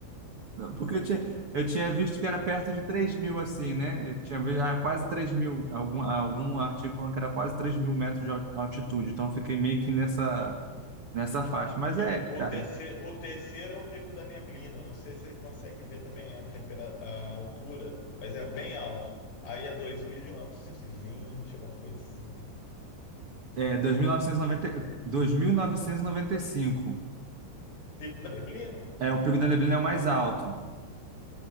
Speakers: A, on the right; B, on the left.
A: Não, porque eu tinha, eu tinha visto que era perto de três mil, assim, né? Eu tinha visto, ah, quase três mil. Algum, algum artigo falando que era quase três mil metros de al- altitude. Então, eu fiquei meio que nessa, nessa faixa. Mas
B: E
A: é,
B: o, o
A: tá,
B: terceiro, o terceiro é o Pico da Neblina. Não sei se você consegue ver também a, tempera, a altura, mas é bem alto. Aí é 2.920, alguma coisa assim.
A: É, 2.990, 2.995.
B: Pico da Neblina?
A: É, o Pico da Neblina é o mais alto.